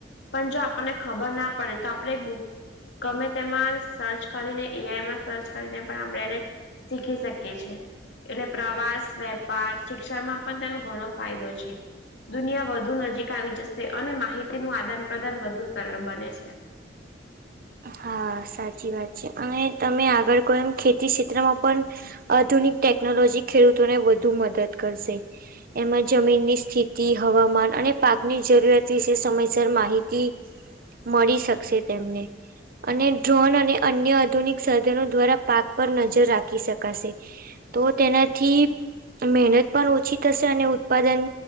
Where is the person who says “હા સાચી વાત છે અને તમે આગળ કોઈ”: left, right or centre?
Right